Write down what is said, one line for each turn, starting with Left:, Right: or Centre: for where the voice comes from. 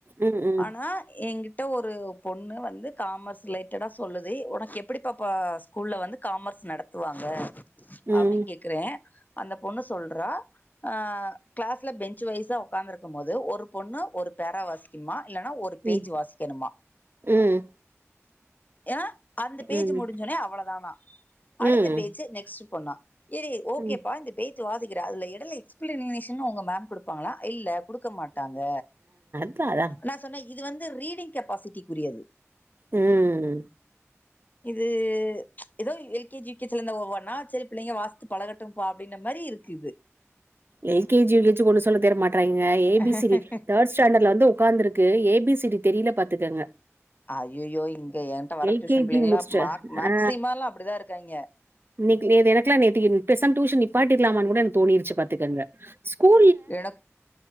Right: ம் ம்
Left: ஆனா எ ங்கிட்ட ஒரு பொண்ணு வந்து காமஸ் ரிலேட்டடா சொல்லுது உனக்கு எப் பிடி பாப்பா ஸ்கூல்ல வந்து காமர்ஸ் நடத்துவாங்க
Right: ம்
Left: அப்படின் கேக்குறே அந்த பொண்ணு சொல்றா ஆ கிளாஸ்ல பெஞ்சு வைஸா உக்காந்துருக்கும் போது ஒரு பொண்ணு ஒரு பேரா வாசிக்குமா இல்லனா ஒரு பேஜ்
Right: ம்
Left: வாசிக்கணுமா
Right: ம்
Left: ஏனா அந்த பேஜ்
Right: ம்
Left: முடிஞ்சொனே அவ்வளதானா
Right: ம்
Left: அடுத்த பேஜ் நெக்ஸ்ட் பொண்ணா இரு ஓகேப்பா
Right: ம்
Left: இந்த பேஜ் வாசிக்கிற அதுல எடைல எக்ஸ்பிளனேஷனு உங்க மேம் குடுப்பாங்ளா இல்ல குடுக்க மாட்டாங்க
Right: குடுத்தாதா
Left: நா சொன்னே இது வந்து ரீடிங் கெபாசிட்டிக்குரியது
Right: ம்
Left: இது எதோ L K G U K G ல இந்த ஒவ்வொண்ணா சரி பிள்ளைங்க வாசிச்சு பழகட்டும்ப்பா அப்படின்ன மாரி இருக்கு இது
Right: L K G U K G ஒண்ணு சொல்ல தெர மாட் றாங்க ஏ பி
Left: இது
Right: சி டி தேர்ட் ஸ்டாண்டர்ல வந்து உக்காந்துருக்கு ஏ பி சி டி தெரில பாத்துக்கங்க
Left: ஐயயோ இங்க என்ட்ட வர
Right: எல்
Left: டியூஷன்
Right: கே
Left: பிள்ளைங்களா
Right: ஜி முடிச்சுட்டு
Left: மேக் மேக்சிமலா
Right: ஆ
Left: அப்பிடிதா இருக்காங்க
Right: இன்னைக்கு லீவ் எனக்கெலா நேத்திக்கு பேசாம டியூஷன் நிப்பாட்டிர்லாமான் கூட எனக்கு தோணிருச்சு பாத்துக்கங்க ஸ்கூல்
Left: மேட